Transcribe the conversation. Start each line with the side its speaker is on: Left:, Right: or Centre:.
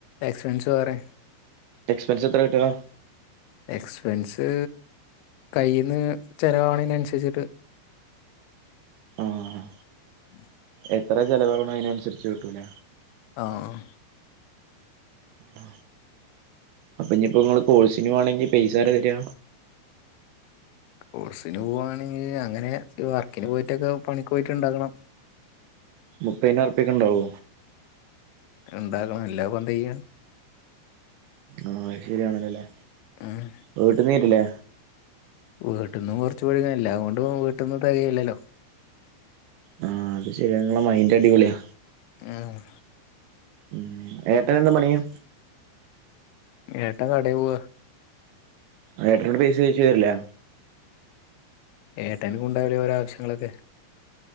Left: എക്സ്പെൻസ് വറെ
Right: എക്സ്പെൻസ് എത്ര കിട്ടുക
Left: എക്സ്പെൻസ് കയ്യിന്ന് ചെലവാവാണ് അനുസരിച്ചിട്ട്
Right: ആഹ്
Left: ഉഹ
Right: എത്ര ചലവാവണോ അതിനനുസരിച്ച് കിട്ടൂലെ
Left: ആഹ് ആഹ്
Right: ആ അപ്പൊ ഇനിയിപ്പോ നിങ്ങള് കോഴ്സിന് പോവാണെങ്കി പൈസ ആരാ തരിക
Left: കോഴ്സിന് പോവാണെങ്കിൽ അങ്ങനെ വർക്കിന് പോയിട്ടൊക്കെ പണിക്ക് പോയിട്ട് ഇണ്ടാക്കണം
Right: മുപ്പയ്ന് അർപ്പിക്ക് ഇണ്ടാവോ
Left: ഇണ്ടാക്കണം എല്ലാപ്പ എന്താ ചെയ്യാ
Right: ആഹ് ശരിയാണല്ലോ അല്ലേ
Left: ഉം
Right: വീട്ടിന്നരീല്ലേ
Left: വീട്ടിന്നും കുറച്ച് <unintelligible> എല്ലാം കൊണ്ടും വീട്ട്ന്ന് തികയില്ലല്ലോ
Right: ആഹ് അത് ശരിയാ നിങ്ങളെ മൈന്റ് അടിപൊളിയാ
Left: ആഹ്
Right: ഉം ഏട്ടന് എന്ത് പണിയാ
Left: ഏട്ടൻ കടയി പോവാ
Right: ആ ഏട്ടനോട് പൈസ് ചോയ്ച്ച തരില്ലേ
Left: ഏട്ടനും ഉണ്ടാവില്ലേ ഓരോ ആവശ്യങ്ങളൊക്കെ